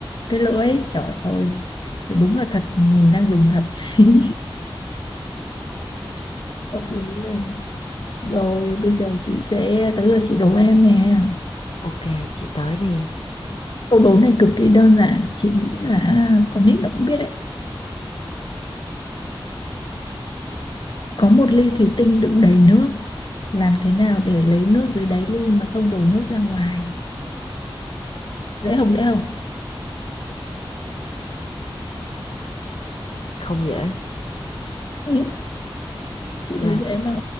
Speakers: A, on the left; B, on the left.
A: cái lưỡi trời ơi thì đúng là thật mình đang dùng thật <laughs> ok luôn. rồi bây giờ chị sẽ tới lượt chị đố em nè
B: ok chị tới đi
A: câu đố này cực kỳ đơn giản chị nghĩ là con nít nó cũng biết đấy Có một ly thủy tinh đựng đầy nước. Làm thế nào để lấy nước dưới đáy ly mà không đổ nước ra ngoài? Dễ không dễ không?
B: không dễ
A: Ừ. Chị
B: làm
A: thấy dễ mà.